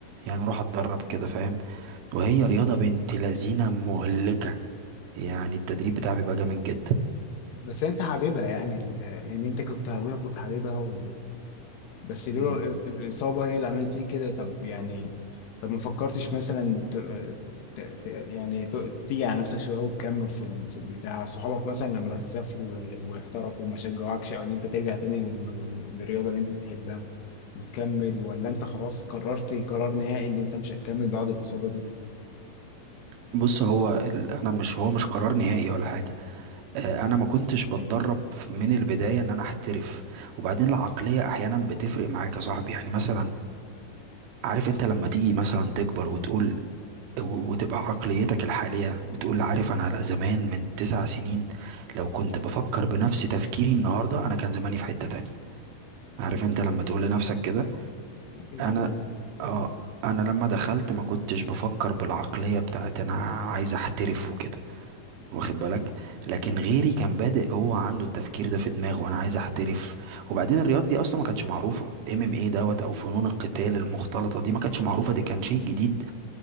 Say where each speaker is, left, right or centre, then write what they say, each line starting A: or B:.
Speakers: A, on the right (about 75°); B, on the left (about 70°).
A: يعني اروح اتدرب كده فاهم وهي رياضه بنت لذينه مهلكه يعني التدريب بتاعها بيبقى جامد جدا
B: بس أنت حاببها يعني ال- يعني أنت كنت هواية كنت حاببها بس لولا
A: مم.
B: ال- الإصابة هي اللي عملت فيك كده طب يعني طب ما فكرتش مثلا ت... ت... ت... يعني ت... تيجي على نفسك شوية وتكمل في ال... في البتاع صحابك مثلا لما سافروا واحترفوا ما شجعوكش أو إن أنت ترجع تاني لل- للرياضة اللي أنت بتحبها وتكمل ولا أنت خلاص قررت قرار نهائي إن أنت مش هتكمل بعد الإصابة دي؟
A: بص هو ال... انا مش هو مش قرار نهائي ولا حاجه آه، انا ما كنتش بتدرب ف- من البدايه ان انا احترف وبعدين العقليه احيانا بتفرق معاك يا صاحبي يعني مثلا عارف انت لما تيجي مثلا تكبر وتقول و- وتبقى عقليتك الحاليه بتقول عارف انا لا زمان من تسع سنين لو كنت بفكر بنفس تفكيري النهارده انا كان زماني في حته تانية عارف انت لما
B: كان
A: تقول لنفسك كده
B: أكيد
A: انا
B: عارف الإحساس
A: اه
B: ده
A: انا لما دخلت ما كنتش بفكر بالعقليه بتاعت انا عايز احترف وكده واخد بالك لكن غيري كان بادئ هو عنده التفكير ده في دماغه وانا عايز احترف وبعدين الرياضه دي اصلا ما كانتش معروفه ام ام ايه دوت او فنون القتال المختلطه دي ما كانتش معروفه دي كان شيء جديد